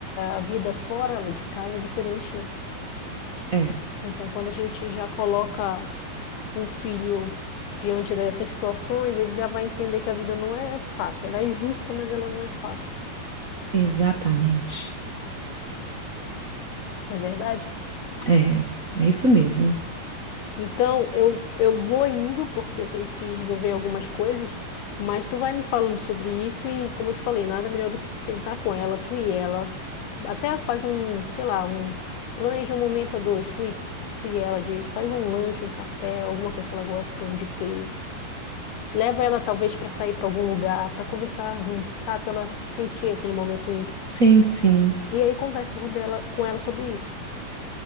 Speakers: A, on the left (about 80°); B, on the right (about 40°).
A: a vida fora de casa é diferente, né?
B: É,
A: Então, quando a gente já coloca o filho diante dessas situações, ele já vai entender que a vida não é fácil. Ela é justa, mas ela não é fácil.
B: exatamente.
A: Não é verdade?
B: É, é isso mesmo.
A: Então, eu, eu vou indo porque eu tenho que resolver algumas coisas, mas tu vai me falando sobre isso e, como eu te falei, nada melhor do que sentar com ela, tu e ela. Até faz um, sei lá, um, planeja um momento a dois, tu e, tu e ela, de, faz um lanche, um café, alguma coisa que ela gosta, pão de queijo. Leva ela talvez para sair para algum lugar, para conversar junto, sabe? Pra ela sentir aquele momento íntimo.
B: Sim, sim,
A: E aí conversa sobre ela, com ela sobre isso.